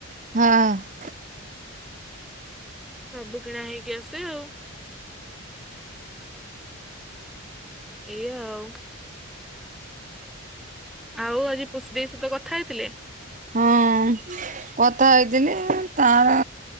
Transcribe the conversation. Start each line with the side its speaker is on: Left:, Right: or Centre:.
Right: ହଁ।
Centre: ସବୁ କିଣା ହେଇକି ଆସେ ଆଉ। ଏଇ ୟା ଆଉ। ଆଉ ଆଜି ପୁଷ୍ଡେ ଭାଇ ସହିତ କଥା ହେଇଥିଲେ।
Right: ହଁ। କଥା ହେଇଥିଲି ତାର